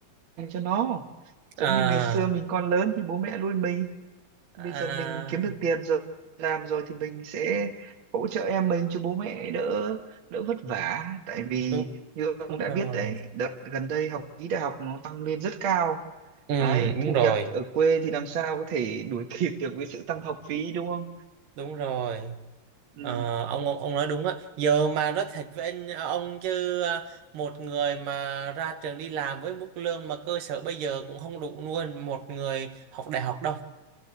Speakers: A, on the right (about 50°); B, on the right (about 75°).
A: dành cho nó giống
B: à
A: như ngày xưa mình còn lớn thì bố mẹ nuôi mình bây
B: à
A: giờ mình kiếm được tiền rồi làm rồi thì mình sẽ hỗ trợ em mình cho bố mẹ đỡ đỡ vất vả tại vì
B: đúng
A: như ông
B: đúng
A: đã
B: rồi
A: biết đấy đợt gần đây học phí đại học nó tăng lên rất cao
B: ừ
A: đấy
B: đúng
A: thu
B: rồi
A: nhập thì ở quê thì làm sao có thể đuổi <laughs> kịp được với sự tăng học phí đúng không
B: đúng rồi
A: ừ,
B: Ờ, ông ông ông nói đúng á giờ mà nói thật với anh ông chứ à, một người mà ra trường đi làm với mức lương mà cơ sở bây giờ cũng không đủ nuôi một người học đại học đâu